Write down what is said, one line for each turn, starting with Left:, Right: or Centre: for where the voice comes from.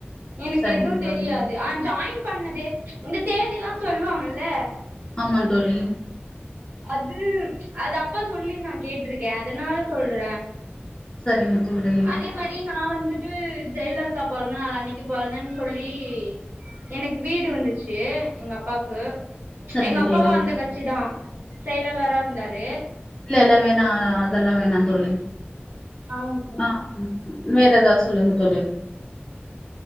Right: எனக்கு
Left: சரிங்க
Right: எதுவு
Left: தோழி
Right: தெரியாது ஆனா ஜாயின் பண்ணது இந்த தேதி எல்லா சொல்லுவாங்கல்ல
Left: ஆமாந்தோழி
Right: அது அது அப்பா சொல்லி நா கேட்ருக்கே அதனால சொல்ற
Left: சரிங்க தோழி
Right: அதே மாரி நா வந்துட்டு ஜெயலலிதா பொறந்த நாள் அன்னைக்கு பொறந்தேன்னு சொல்லி எனக்கு வீடு வந்துச்சு எங்க அப்பாக்கு
Left: சரிங்க
Right: எங்க அப்பாவு
Left: தோழி
Right: அந்த கட்சி தா செயலாளரா இருந்தாரு
Left: இல்லல்ல வேணா அதெல்லா வேணா தோழி
Right: ஆமா சரிங்க்கா
Left: ஆ அம் ம் வேற ஏதாவது சொல்லுங்க தோழி